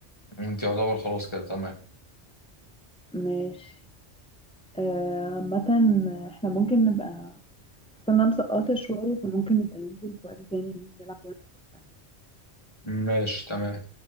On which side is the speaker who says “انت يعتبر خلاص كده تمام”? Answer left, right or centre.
Left